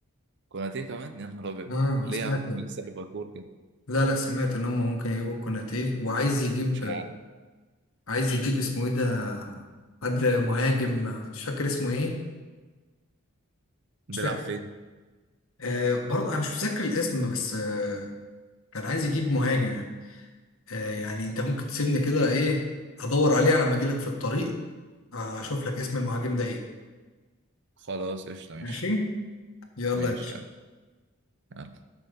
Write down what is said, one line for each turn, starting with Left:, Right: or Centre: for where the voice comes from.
Right: كوناتي كمان يا نهار ابيض
Left: اه
Right: ليه
Left: سمعت
Right: يا عم
Left: يعني
Right: مين لسه ليفربول كده
Left: لا لا سمعت ان هم ممكن يجيبوا كوناتي وعايز يجيب
Right: مش عارف
Left: عايز يجيب اسمه ايه ده حد مهاجم مش فاكر اسمه ايه
Right: بيلعب
Left: مش فاكر
Right: فين
Left: آه برضه انا مش متذكر الاسم بس آه كان عايز يجيب مهاجم يعني آه يعني انت ممكن تسيبني كده ايه ادور عليه على ما اجي لك في الطريق آه، اشوف لك اسم المهاجم ده ايه
Right: خلاص قشطة ماشي
Left: ماشي يلا
Right: ماشي
Left: يا باشا
Right: يلا يلا